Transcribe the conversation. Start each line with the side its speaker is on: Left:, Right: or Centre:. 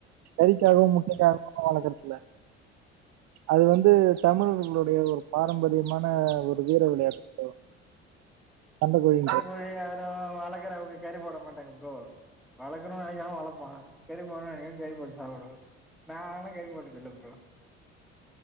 Right: கறிக்காவு முட்டைக்காவு வளக்குறதில்ல அது வந்து தமிழர்களுடைய ஒரு பாரம்பரியமான ஒரு வீர விளையாட்டு ப்ரோ சண்ட கோழி
Centre: இப்பியு யாரு வழக்கற வி கறி போட மாட்டங்க ப்ரோ வளக்கணும்னு நெனைகிறவே வளப்பா கறி போடணும்னு நெனைக்கிறவே கறிப்போட்டு சாப்டுவா நா ஆனா கறி போட்டதுல்ல ப்ரோ